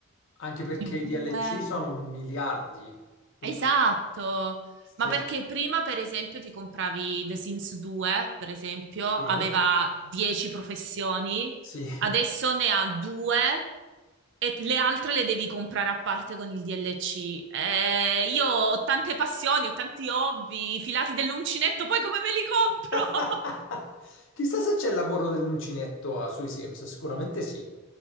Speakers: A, on the left; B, on the right.
A: anche perché i
B: 2.
A: DLC sono miliardi. Dunque,
B: Esatto,
A: se,
B: ma perché prima, per esempio, ti compravi The Sims 2, per esempio,
A: se-
B: aveva 10 professioni,
A: sì.
B: adesso ne ha due e le altre le devi comprare a parte con il DLC. Eh, io ho tante passioni, ho tanti hobby, i filati dell'uncinetto, poi come me li compro?
A: <laughs>
B: <laughs>
A: Chissà se c'è il lavoro dell'uncinetto ah, sui Sims, sicuramente sì.